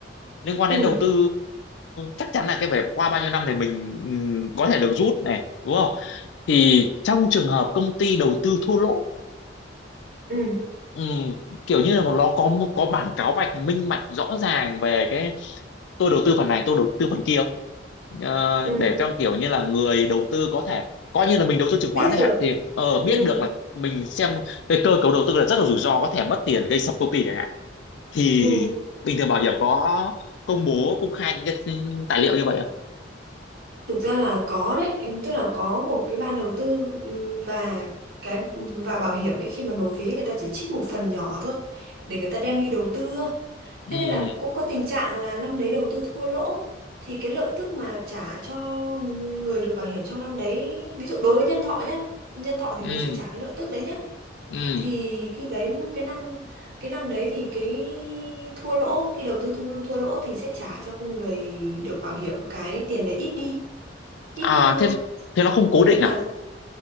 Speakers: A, on the left; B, on the right.
A: liên quan
B: ừ,
A: đến đầu tư chắc chắn là cái phải qua bao nhiêu năm thì mình ừm, có thể được rút này đúng không thì trong trường hợp công ty đầu tư thua lỗ
B: ừ,
A: ừm, kiểu như là nó có có bản cáo bạch minh bạch rõ ràng về cái tôi đầu tư phần này tôi đầu tư phần kia không? Ờ,
B: ừ,
A: để cho kiểu như là người đầu tư có thể coi như là mình đầu tư chứng
B: biết
A: khoán chẳng
B: được.
A: hạn thì ờ,
B: Ừ,
A: biết được là mình xem cái cơ cấu đầu tư là rất là rủi ro có thể mất tiền gây sập công ty chẳng hạn thì
B: ừ.
A: bình thường bảo hiểm có công bố công khai những cái tài liệu như vậy không
B: Thực ra là có đấy, ừ, tức là có một cái ban đầu tư ừ, và cái và bảo hiểm ấy khi mà nộp phí người ta chỉ trích một phần nhỏ thôi để người ta đem đi đầu tư.
A: ừ
B: Thế nên là cũng có tình trạng là năm đấy đầu tư thua lỗ thì cái lợi tức mà trả cho người được bảo hiểm trong năm đấy ví dụ đối với nhân thọ nhé nhân thọ thì
A: ừ
B: mới chi trả cái lợi tức đấy nhé
A: ừ
B: thì khi đấy cái năm cái năm đấy thì cái thua lỗ khi đầu tư thua, thua lỗ thì sẽ trả cho người được bảo hiểm cái tiền đấy ít đi ít
A: à
B: đi thôi
A: thế thế nó không
B: nói
A: cố
B: chung
A: định
B: là
A: à